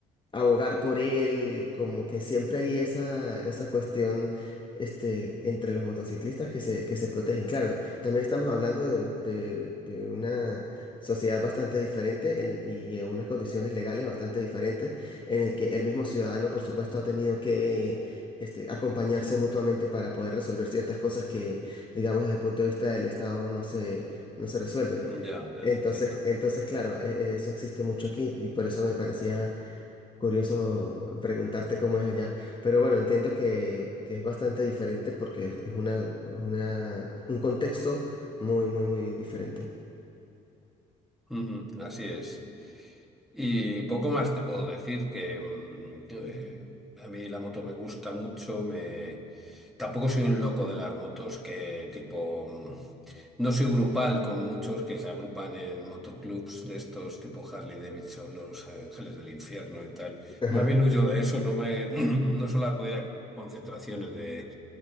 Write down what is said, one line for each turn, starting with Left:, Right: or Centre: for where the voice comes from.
Left: abogar por él, eh, como que siempre hay esa, esa cuestión este, entre los motociclistas que se, que se protegen. Claro, también estamos hablando de, de- de una sociedad bastante diferente en- y en unas condiciones legales bastante diferentes, en el que el mismo ciudadano, por supuesto, ha tenido que... Este, acompañarse mutuamente para poder resolver ciertas cosas que, digamos, desde el punto de vista del Estado no se, no se resuelven.
Centre: Ujú. Ya, ya
Left: Entonces,
Centre: te entiendo.
Left: entonces, claro, e- e- eso existe mucho aquí y por eso me parecía curioso preguntarte cómo es allá. Pero bueno, entiendo que, que es bastante diferente porque es es una, una, un contexto muy, muy, muy diferente.
Centre: Ujú, Así es. Y poco más te puedo decir que mm, eh, a mí la moto me gusta mucho, me... tampoco soy un loco de las motos que tipo... mm, No soy grupal como muchos que se agrupan en motoclubs de estos tipo Harley Davidson, Los Ángeles del Infierno y tal.
Left: Ajá.
Centre: Más bien huyo de eso, no me <clears throat> no suelo acudir a concentraciones de,